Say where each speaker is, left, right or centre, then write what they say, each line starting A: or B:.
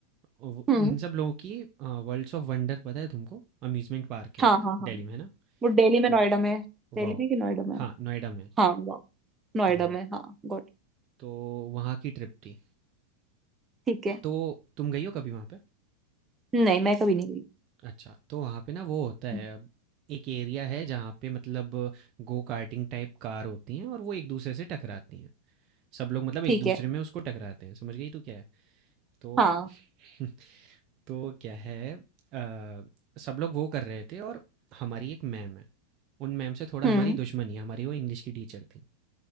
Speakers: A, on the right; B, on the right.
A: और वो-
B: हम्म
A: उन सब लोगों की वर्ल्ड्स ऑफ वंडर पता है तुमको अम्यूजमेंट पार्क है
B: हाँ
A: एक
B: हाँ हाँ
A: दिल्ली में है ना
B: वो दिल्ली में
A: तो
B: नोएडा में है।
A: वाओ
B: दिल्ली में कि नोएडा में है?
A: हाँ नोएडा में
B: हाँ वो नोएडा
A: वाओ
B: में हाँ Got it.
A: तो वहाँ की ट्रिप थी
B: ठीक है
A: तो तुम गई हो कभी वहाँ पे
B: नहीं मैं कभी नहीं गई
A: अच्छा, तो वहाँ पे ना वो होता
B: हम्म,
A: है अब एक एरिया है जहाँ पे मतलब गो कार्टिंग टाइप कार होती हैं और वो एक दूसरे से टकराती हैं। सब लोग मतलब एक
B: ठीक
A: दूसरे
B: है
A: में उसको टकराते हैं, समझ गई तू क्या है? तो
B: हाँ
A: <laughs> तो क्या है अ, सब लोग वो कर रहे थे और हमारी एक मैम है। उन मैम से थोड़ा
B: हम्म
A: हमारी दुश्मनी है, हमारी वो इंग्लिश की टीचर थीं।